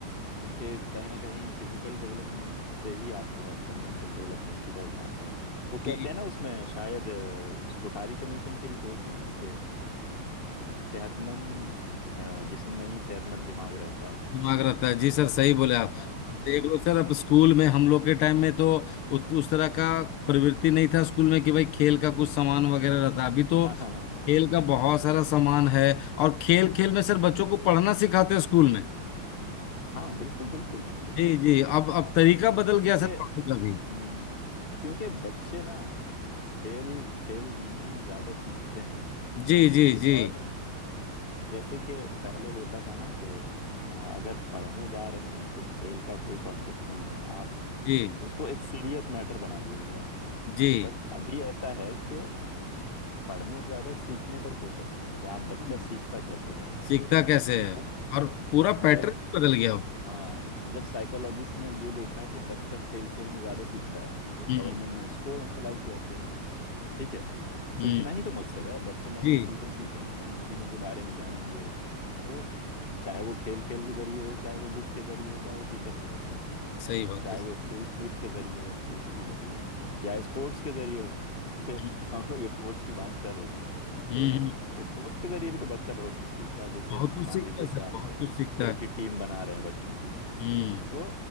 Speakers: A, on the left; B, on the left.
A: क्योंकि कहीं ना कहीं फिजिकल डेवलपमेंट से ही आप जो है मतलब मेंटल डेवलपमेंट की तरफ जाते हैं वो
B: जी
A: कहते हैं ना उसमें शायद अ, उस कोठारी कमीशन की रिपोर्ट में है कि अ, सेहतमंद अ, जिस्म में ही सेहतमंद दिमाग रहता है
B: दिमाग रहता है जी सर सही बोले आप
A: हाँ
B: अब देख लो सर अब स्कूल में हम लोग के टाइम में तो उत, उस तरह का प्रवृत्ति नहीं था स्कूल में कि भाई खेल का कुछ सामान वगैरह रहता अभी तो
A: हाँ हाँ हाँ
B: खेल का बहुत सारा सामान है और खेल खेल में सर बच्चों को पढ़ना सिखाते हैं स्कूल में
A: हाँ बिल्कुल बिल्कुल बिल्कुल
B: जी जी अब अब तरीका बदल
A: क्योंकि
B: गया सर पढ़ने का भी
A: हम्म क्योंकि बच्चे ना खेल खेल में ही ज्यादा सीखते हैं
B: जी जी जी
A: और जैसे कि पहले होता था ना कि अ, अगर पढ़ने जा रहे हैं तो खेल का कोई कॉन्सेप्ट नहीं है आप
B: जी
A: उसको एक सीरियस मैटर बना दिया गया
B: जी
A: बट अभी ऐसा है कि पढ़ने से ज्यादा सीखने पर फोकस है कि आप बच्चा
B: हम्म,
A: सीखता कैसे है
B: सीखता कैसे है
A: तो
B: और पूरा पैटर्न
A: जब
B: बदल गया अब
A: हाँ जब साइकोलॉजिस्ट ने ये देखा कि बच्चा खेल खेल में ज्यादा सीखता है तो गवर्नमेंट
B: हम्म
A: ने उसको एम्प्लाई किया कि ठीक है सीखना
B: हम्म
A: ही तो मकसद है बच्चे नई
B: जी
A: नई चीजें सीखेंगे नई नई चीजों के बारे में जानेंगे तो चाहे वो खेल खेल के जरिए हो चाहे वो बुक के जरिए हो चाहे वो टीचर के जरिए हो
B: सही बात
A: चाहे
B: है सर
A: वो फील्ड ट्रिप के जरिए हो एक्टिविटी के जरिए हो या स्पोर्ट्स के जरिए हो <laughs> जैसे
B: हम्म
A: हम लोग स्पोर्ट्स की बात कर रहे हैं
B: हम्म
A: तो
B: हम्म।
A: स्पोर्ट्स के जरिए भी तो बच्चा बहुत कुछ सीखता है जैसे
B: बहुत कुछ
A: अ, मान
B: सीखता
A: लीजिए
B: है सर
A: कि आप
B: बहुत
A: क्रिकेट
B: कुछ सीखता है
A: टीम बना रहे हैं बच्चों की
B: हम्म
A: तो